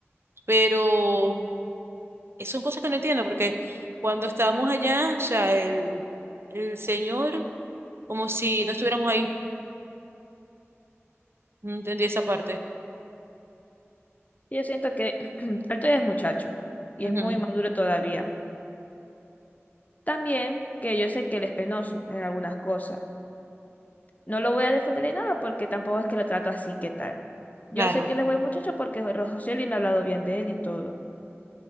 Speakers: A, on the right; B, on the left.
A: pero son cosas que no entiendo, porque cuando estábamos allá, o sea, el, el señor, como si no estuviéramos ahí, no entendí esa parte.
B: Yo siento que <clears throat> Alto es muchacho y
A: Ujú,
B: es muy maduro todavía. También que yo sé que él es penoso en algunas cosas. No lo voy a defender ni nada porque tampoco es que lo trato así, ¿qué tal? Yo
A: Claro,
B: sé que él es buen muchacho porque Jo- José Luis me ha hablado bien de él y todo.